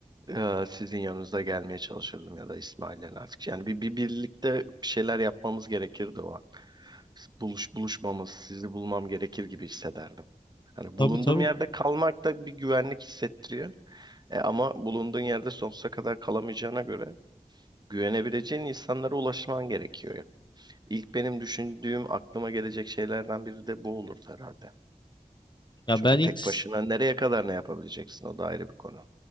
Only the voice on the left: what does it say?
Tabii
tabii.
Ya
ben ilk
s-